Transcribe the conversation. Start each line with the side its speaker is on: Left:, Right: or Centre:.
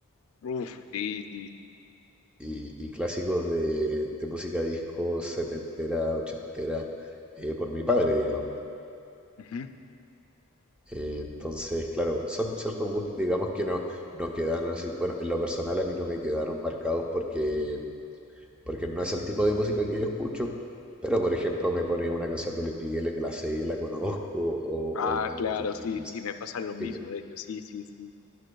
Left: Uf, sí, sí.
Centre: y, y clásicos de, de música disco setentera, ochentera, eh, por mi padre, digamos.
Left: Ujú.
Centre: Eh, entonces, claro, son ciertos gustos, digamos, que no, no quedan así. Bueno, en lo personal a mí no me quedaron marcados porque, porque no es el tipo de música que yo escucho, pero por ejemplo me pone una canción de Luis Miguel y me la sé y la conozco, o,
Left: Ah,
Centre: o una de
Left: claro,
Centre: los Bee Gees,
Left: sí, y me pasa lo mismo,
Centre: y le-
Left: de hecho, sí, sí, sí.